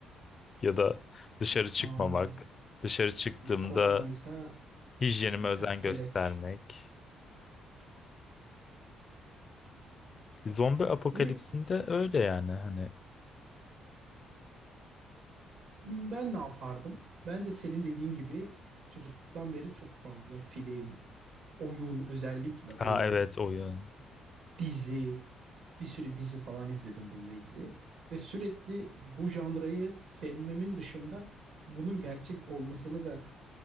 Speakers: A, on the left; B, on the right.
A: Ya da dışarı çıkmamak,
B: Hayır.
A: dışarı çıktığımda
B: Biri koronoysa
A: hijyenime özen
B: ters kelepçe.
A: göstermek. Zombi apokalipsinde
B: Ne bileyim,
A: öyle yani hani.
B: hmm, ben ne yapardım? Ben de senin dediğin gibi çocukluktan beri çok fazla film, oyun, özellikle oyun.
A: Aa evet oyun.
B: dizi, bir sürü dizi falan izledim bununla ilgili. Ve sürekli bu janrayı sevmemin dışında bunun gerçek olmasını da